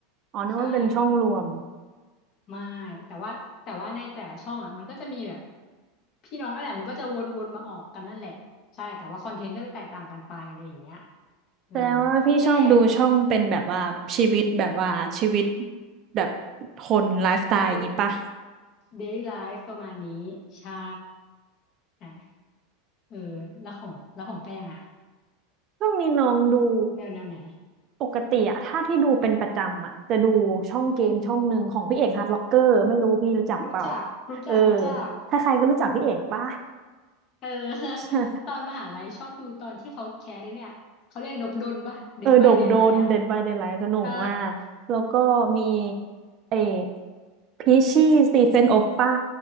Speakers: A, on the right (about 40°); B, on the left (about 40°).
A: อ๋อนึกว่ามันเป็นช่องรวม
B: ใช่ ไม่แต่ว่าแต่ว่าในแต่ละช่องอ่ะมันก็จะมีแบบพี่น้องนั่นแหละมันก็จะวนๆมาออกกันนั่นแหละใช่แต่ว่าคอนเทนต์ก็จะแตกต่างกันไปอะไรอย่างเงี้ยเออ
A: แสดงว่าพี่ชอบดูช่องเป็นแบบว่าชีวิตแบบว่าชีวิต
B: แจ้
A: แบบคนไลฟ์สไตล์อย่างงี้ปะ
B: เดลี่ไลฟ์ประมาณนี้ใช่อ่ะเออแล้วของแล้วของแป้งอ่ะ
A: ช่วงนี้น้องดู
B: แนวแนวไหน
A: ปกติอะถ้าที่ดูเป็นประจำอะจะดูช่องเกมช่องหนึ่งของพี่เอกฮาร์ดล็อกเกอร์ไม่รู้พี่รู้จักเปล่า
B: รู้จักรู้จักรู้จัก
A: เออใครๆก็รู้จักพี่เอกป่ะ
B: เออ <laughs>
A: <laughs>
B: ตอนมหาลัยชอบดูตอนที่เขาแคสไอ้เนี่ยเขาเรียกดบดลปะ
A: เออโดบโดน
B: Dead by Daylight อ่ะ
A: Dead by Daylight สนุกมากแล้วก็มี
B: เออ
A: เอพีชี่สตีเฟนโอปป้า